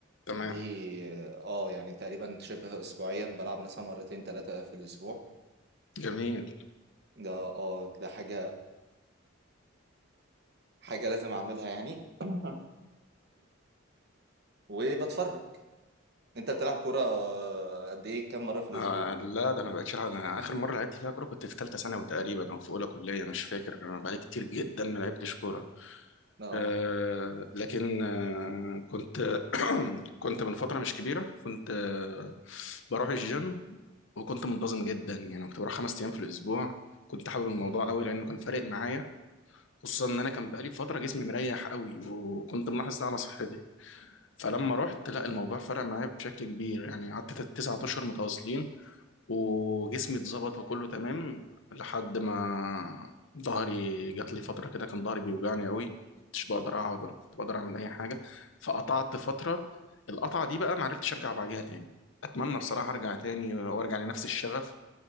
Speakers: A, on the left; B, on the right.
A: تمام
B: دي اه آه، يعني تقريبا شبه اسبوعيا بلعب مثلا مرتين ثلاثة في الاسبوع
A: جميل
B: ده اه ده حاجة حاجة لازم اعملها يعني <coughs> <laughs> وبتفرج انت بتلعب كورة آه، قد ايه كم مرة في الاسبوع
A: آه لا ده انا بقيت شغال انا اخر مره لعبت فيها كوره كنت في ثالثه ثانوي تقريبا او في اولى كليه مش فاكر انا بقالي كتير جدا ما لعبتش كوره
B: اه
A: آه لكن آه كنت <clears throat> كنت من فتره مش كبيره كنت آه بروح الجيم وكنت منتظم جدا يعني كنت بروح خمس ايام في الاسبوع كنت حابب الموضوع
B: مم.
A: قوي لانه كان فارق معايا خصوصا ان انا كان بقالي فتره جسمي مريح قوي وكنت ملاحظ ده على صحتي فلما رحت لا الموضوع فرق معايا بشكل كبير يعني قعدت تسعة اشهر متواصلين وجسمي اتظبط وكله تمام لحد ما ظهري جات لي فترة كده كان ظهري بيوجعني قوي مش بقدر اقعد ولا كنت بقدر اعمل اي حاجة فقطعت فترة القطعة دي بقى معرفتش ارجع بعديها تاني اتمنى بصراحة ارجع تاني وارجع لنفس الشغف